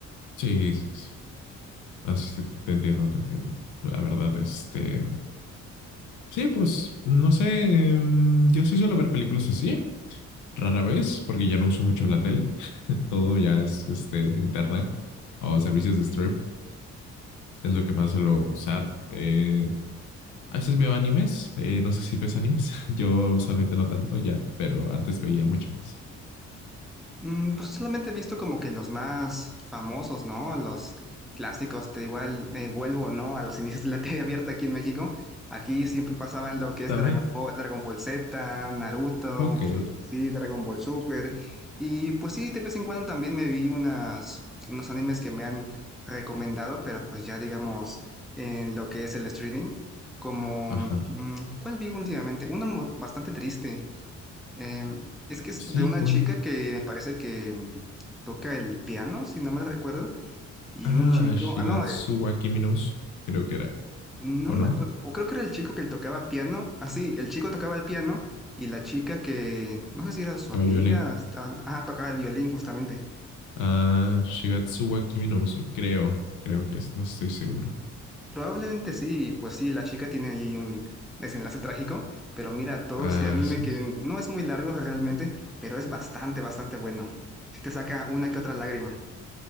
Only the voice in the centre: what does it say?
Mm, Pues solamente he visto como que los más famosos, ¿no? Los clásicos, te igual eh, vuelvo, ¿no? A los inicios de la TV abierta aquí en México. Aquí siempre pasaban lo que es
Dragon Ball, Dragon Ball Z, Naruto,
pues, sí, Dragon Ball Super. Y pues sí, de vez en cuando también me vi unas, unos animes que me han recomendado, pero pues ya digamos en lo que es el streaming. Como,
mm, ¿cuál vi últimamente? Uno mu- bastante triste. Eh, es que es
de una
chica que me parece que mm, toca el piano, si no me recuerdo, y
un chico,
ah, no, eh,
no
me
acuerdo, o creo que era el chico que tocaba piano, ah, sí, el chico tocaba el piano y la chica que, no sé si era su
amiga,
estaban- ah, tocaba el violín justamente.
Probablemente sí, pues sí, la chica tiene allí un desenlace trágico, pero mira, todo
ese anime
que no es muy largo realmente, pero es bastante, bastante bueno. Si te saca una que otra lágrima.